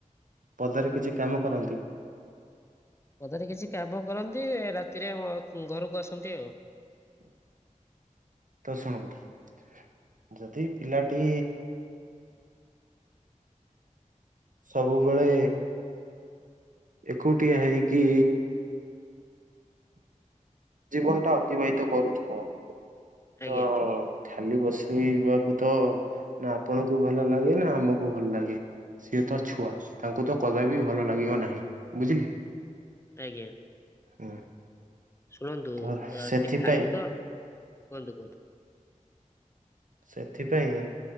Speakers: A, on the right; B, on the left.
A: ପଦାରେ କିଛି କାମ କରନ୍ତି?
B: ପଦାରେ କିଛି କାମ କରନ୍ତି ରାତିରେ ଘରକୁ ଆସନ୍ତି ଆଉ।
A: ତ ଶୁଣନ୍ତୁ। ଯଦି ପିଲାଟି। ସବୁବେଳେ ଏକୁଟିଆ ହେଇକି ଜୀବନଟା ଅତିବାହୀତ କରୁଥିବ
B: ଆଜ୍ଞା
A: ତ ଖାଲି ବସିବାକୁ ତ ନା ଆପଣଙ୍କୁ ଭଲ ଲାଗେ ନା ଆମକୁ ଭଲ ଲାଗେ। ସିଏତ ଛୁଆ ତାଙ୍କୁ ତ କଦାପି ଭଲ ଲାଗିବ ନାହିଁ ବୁଝିଲେ।
B: ଆଜ୍ଞା
A: ହୁଁ
B: ଶୁଣନ୍ତୁ
A: ତ
B: ଅ
A: ସେଥିପାଇଁ
B: ସେ ଖାଲିତ କୁହନ୍ତୁ କୁହନ୍ତୁ।
A: ସେଥିପାଇଁ